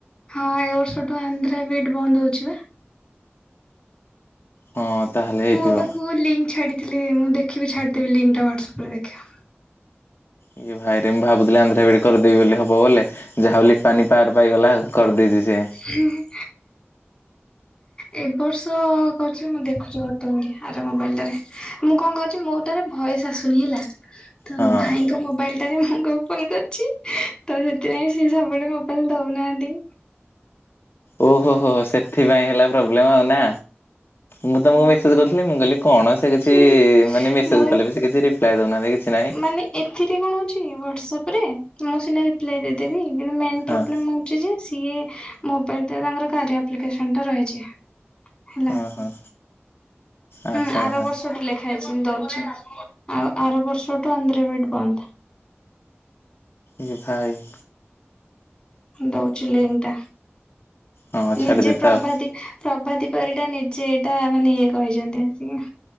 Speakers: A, on the left (about 20°); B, on the left (about 55°).
A: ହଁ ଏ ବର୍ଷ ଠୁ ଆନ୍ଧ୍ରା ବିଡ୍ ବନ୍ଦ ହଉଛି ବା?
B: ହଁ ତାହେଲେ ହେଇଥିବ।
A: ପୁଅ ପାଖକୁ ଲିଙ୍କ ଛାଡି ଥିଲି ମୁଁ ଦେଖିବି ଛାଡି ଦେବି ଲିଙ୍କଟା ହ୍ୱାଟ୍ସଆପରେ ଦେଖିବ।
B: ଇଏ ଭାଇରେ ମୁଁ ଭାବୁଥିଲି ଆନ୍ଧ୍ର ବିଡି କରିଦେବି ବୋଲି ହବ ବୋଲେ ଯାହା ହଉ ଲିପା ନିପାର ପାଇଗଲା କରିଦେଇଛି ସେ
A: ହୁଁ ହୁଁ। ଏ ବର୍ଷ କରୁଛି ମୁଁ ଦେଖୁଛି ଗୋଟେ ମିନିଟ୍ ଆର ମୋବାଇଲଟାରେ। ମୁଁ କଣ କରୁଛି ମୋଟାରେ ଭଏସ ଆସୁନି ହେଲା ତ
B: ହଁ
A: ଭାଇ ମୋବାଇଲଟାରେ ମୁଁ ଓପନ କରିଛି ତ ସେଥିପାଇ ସିଏ ସବୁବେଳେ ମୋବାଇଲ ଦଉନାହାନ୍ତି।
B: ଓହୋ ହୋ ହୋ ସେଥିପାଇଁ ହେଲା ପ୍ରୋବ୍ଲେମ ଆଉ ନା ମୁଁ ତମକୁ ମେସେଜ କରୁଥି ମୁଁ କହିଲି କଣ ସେ କିଛି
A: ହୁଁ
B: ମାନେ ମେସେଜ
A: ମୁଁ
B: କଲେ ବି ସେ କିଛି ରିପ୍ଲାଏ ଦଉନାହାନ୍ତି କିଛି ନାହିଁ।
A: ମାନେ ଏଥିରେ କଣ ହଉଛି ହ୍ଵାଟସପରେ ମୁଁ ସିନା ରିପ୍ ରିପ୍ଲାଏ ଦେଇଦେବି କିନ୍ତୁ ମେନ୍
B: ହଁ
A: ପ୍ରୋବ୍ଲେମ ହଉଛି ଯେ ସିଏ ମୋବାଇଲଟା ତାଙ୍କର କାର୍ୟା ଆପ୍ଲିକେସନଟା ରହିଛି। ହେଲା।
B: ହଁ ହଁ। ଆଚ୍ଛା
A: ହୁଁ ଆର
B: ଆଚ୍ଛା
A: ବର୍ଷଠୁ ଲେଖା ହେଇଛି ଦଉଛି ଆଉ ଆର ବର୍ଷଠୁ ଆନ୍ଧ୍ରବିଏଡ ବନ୍ଦ।
B: ଏ ଭାଇ
A: ଦଉଛି ଲିଙ୍କ୍ ଟା
B: ହଁ
A: ନିଜେ
B: ଛାଡି ଦେଇଥାଉ।
A: ପ୍ରଭାତି ପ୍ରଭାତିି ପରିଡ଼ା ନିଜେ ଏଇଟା ମାନେ ଇଏ କହିଛନ୍ତି ଆଜ୍ଞା।